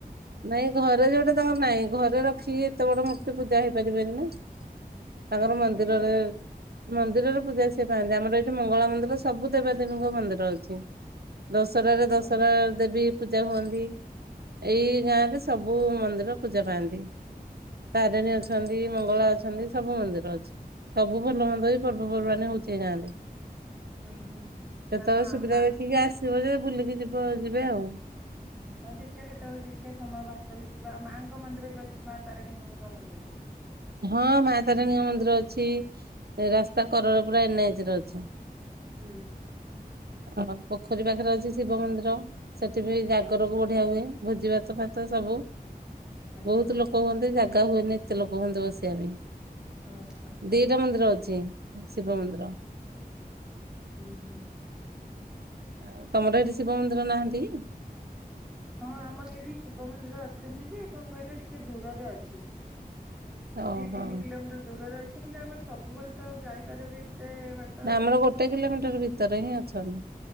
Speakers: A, on the right; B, in the centre.
A: ନାଇଁ ଘରେ ଯୋଉଟା ତାଙ୍କର ନାଇଁ ଘରେ ରଖିକି ଏତେ ବଡ଼ ମୂର୍ତ୍ତି ପୂଜା ହେଇପାରିବେନି ନା। ତାଙ୍କର
B: ହୁଁ
A: ମନ୍ଦିରରେ
B: ଏଇ ଯେ
A: ମନ୍ଦିରରେ ପୂଜା ସେ ପାଆନ୍ତି ଆମର ଏଇଠି ମଙ୍ଗଳା ମନ୍ଦିର ସବୁ ଦେବାଦେବୀଙ୍କ ମନ୍ଦିର ଅଛି। ଦଶରାରେ
B: ହଁ
A: ଦଶରା
B: ହଁ
A: ଦେବୀ ପୂଜା ହୁଅନ୍ତି ଏଇ ଗାଁ ରେ ସ୍ ସବୁ ମନ୍ଦିର ପୂଜା ପାଆନ୍ତି ତାରିଣୀ
B: ହୁଁ
A: ଅଛନ୍ ତି ମଙ୍ଗଳା ଅଛନ୍ତି ସବୁ ମନ୍ଦିର ଅଛି ସବୁ ଭଲ ମନ୍ଦ ବି ପର୍ବପର୍ବାଣି ହଉଛି ଏ ଗାଁରେ।
B: ହୁଁ ହୁଁ
A: କେତେବେଳେ
B: ତା ମା
A: ସୁବିଧା
B: ମା
A: ଦେଖିକି ଆସିବ ଯେ ବୁଲିକି ଯିବ ଯିବେ ଆଉ।
B: ହଁ ଦେଖିବା କେତେବେଳେ ଦେଖିଆ ସମୟ ବାହାର କରିକି ଯିବା ଆଉ ମାଙ୍କ ମନ୍ଦିର ବି ଅଛି ମା ତାରିଣୀ ଙ୍କ ମନ୍ଦିର?
A: ହଁ ମା ତାରିଣୀଙ୍କ ମନ୍ଦିର ଅଛି ରାସ୍ତା କରରେ ପୁରା ଏନ୍ଏଚ୍ ରେ ଅଛି।
B: ହୁଁ।
A: ଆଉ ପୋଖରୀ ପାଖରେ ଅଛି ଶିବ ମନ୍ଦିର ସେଠି ବି ଜାଗରକୁ
B: ହଁ
A: ବଢ଼ିଆ ହୁଏ। ଭୋଜି ଭାତ ଫାତ ସବୁ
B: ହଁ
A: ବୋହୁତ
B: ହଁ
A: ଲୋକ ହୁଅନ୍ତି ଜାଗା ହୁଏନି ଏତେ ଲୋ ବନ୍ଧୁ ବସିବା ପାଇଁ।
B: ଅଁ ହ।
A: ଦି ଟା ମନ୍ଦିର ଅଛି ହୁଁ ଶିବ ମନ୍ଦିର।
B: ଉଁ ହୁଁ।
A: ଆଉ ତମର ହେଠି ଶିବ ମନ୍ଦିର ନାହାନ୍ତି?
B: ହଁ ଆମର ସେଇଠି ଶିବ ମନ୍ଦିର ଅଛନ୍ତି ଯେ କଣ କହିଲେ ଟିକେ ଦୂରରେ ଅଛି।
A: ଓହୋ
B: ଦି ତିନି କିଲୋମିଟର ଦୂରରେ ଅଛି ବୋଲି ଆମର ସବୁବେଳେ ତ ଆଉ ଯାଇପାରିବୁ ନି ଏତେ ବାଟ୍
A: ନା ଆମର ଗୋଟେ କିଲୋମିଟର ଭିତରେ ହିଁ ଅଛନ୍ତି।